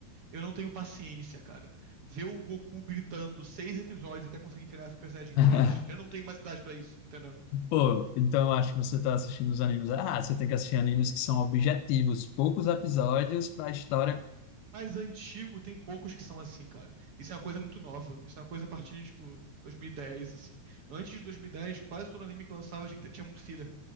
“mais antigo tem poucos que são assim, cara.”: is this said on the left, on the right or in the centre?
Right